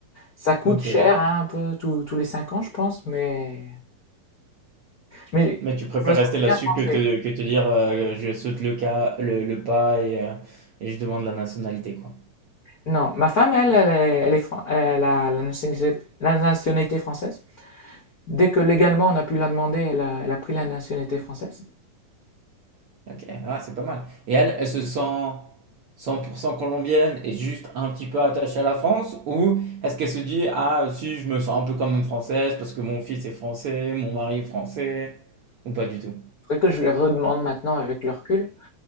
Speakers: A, on the left; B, on the right.
A: Ça coûte
B: ok.
A: cher, hein, un peu tous tous les cinq ans, je pense, mais, mais
B: Mais tu préfères
A: je me sens
B: rester là-dessus
A: bien français.
B: que te, que te dire, euh, je saute le cas, le, le pas et, euh, et je demande la nationalité, quoi.
A: Non, ma femme, elle, elle est, elle est fran- elle a la nationalité, la nationalité française. Dès que légalement on a pu la demander, elle a, elle a pris la nationalité française.
B: Ok, ah, c'est pas mal. Et elle, elle se sent 100% colombienne et juste un petit peu attachée à la France? Ou est-ce qu'elle se dit, ah, si, je me sens un peu quand même française parce que mon fils est français, mon mari est français? Ou pas du tout?
A: Faudrait que je lui redemande maintenant avec le recul.